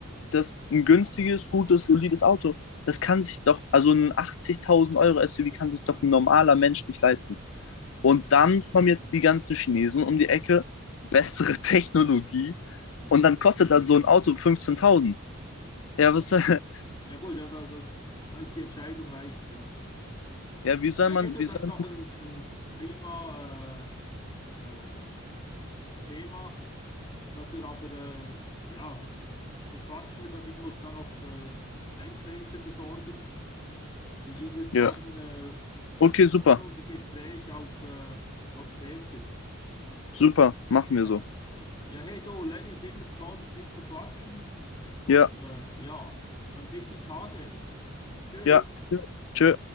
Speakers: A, on the left (about 60°); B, on the left (about 20°).
A: das ein günstiges,
B: Ja,
A: gutes, solides Auto. Das kann sich doch, also ein 80.000 Euro SUV kann sich doch ein normaler Mensch nicht leisten.
B: ja,
A: Und
B: ja.
A: dann kommen jetzt die ganzen Chinesen um die Ecke, bessere <laughs> Technologie
B: mhm.
A: und dann kostet dann so ein Auto 15.000. Ja, was, soll-
B: Ja gut, ja, das, das, da ist die Entscheidung leicht. Ja.
A: <laughs> ja, wie soll
B: Ja,
A: man,
B: hätte
A: wie
B: das
A: soll
B: doch
A: man,
B: ein, ein prima äh, äh, Thema, dass wir aber, äh, ja, bequatschen wir das. Ich muss da noch äh, Einkäufe besorgen. Ich, ich würde sagen,
A: ja,
B: äh,
A: okay,
B: verschieben
A: super,
B: wir unser Gespräch auf, äh, auf später.
A: super, machen
B: Ne?
A: wir so.
B: Ja, hey du, Lenny ist immer toll, mit dir zu quatschen. Und
A: Ja,
B: äh, ja, dann bis die Tage. Tschüss.
A: ja, tschö.